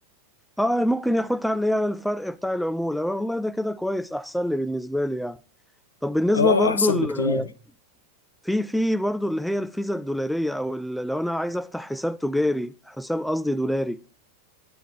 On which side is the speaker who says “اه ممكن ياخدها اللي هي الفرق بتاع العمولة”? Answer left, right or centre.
Centre